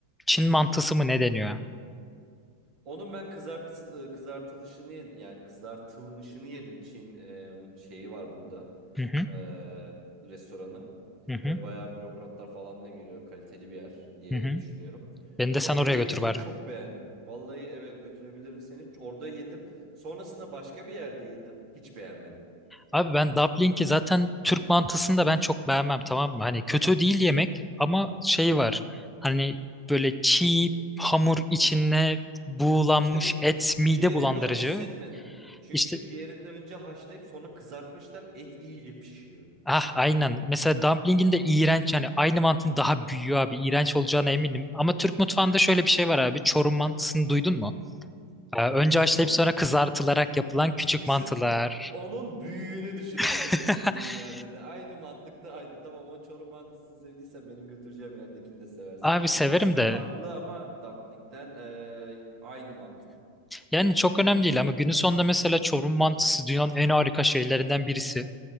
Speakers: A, in the centre; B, on the right.
A: Çin mantısı mı ne deniyor?
B: Onun ben kızart e, kızartılışını yedim. Yani kızartılmışını yedim. Çin e, şeyi var burada.
A: Hı hı.
B: E, restoranı.
A: Hı hı.
B: Ve bayağı bürokratlar falan da geliyor. Kaliteli bir yer diye
A: Hı hı.
B: düşünüyorum.
A: Beni de sen
B: Orada
A: oraya
B: yedim
A: götür bari.
B: ve çok beğendim. Vallahi evet götürebilirim seni. Orada yedim. Sonrasında başka bir yerde yedim. Hiç beğenmedim.
A: Abi ben dumpling'i zaten Türk mantısını da ben çok beğenmem tamam mı? Hani kötü değil yemek ama şey var. Hani böyle çiğ hamur içine buğulanmış
B: İşte bu
A: et mide
B: diğerinde
A: bulandırıcı.
B: onu hissetmedim. Çünkü
A: İşte
B: diğerinde önce haşlayıp sonra kızartmışlar. Et iyice pişiyor.
A: ah aynen. Mesela dumpling'in de iğrenç yani aynı mantının daha büyüğü abi. İğrenç olacağına eminim. Ama Türk mutfağında şöyle bir şey var abi. Çorum mantısını duydun mu? Ee, önce haşlayıp
B: Yok.
A: sonra kızartılarak yapılan küçük
B: İşte
A: mantılar.
B: Onun büyüğünü düşün o çene
A: <laughs>
B: dediğim yerde de. Aynı mantıkta aynı. Tamam o Çorum mantısını sevdiysen benim götüreceğim yerdekini de seversin.
A: Abi severim
B: İsmi
A: de
B: farklı ama dumpling'den eee, aynı mantık.
A: Yani çok önemli değil ama günün sonunda mesela Çorum mantısı dünyanın en harika şeylerinden birisi.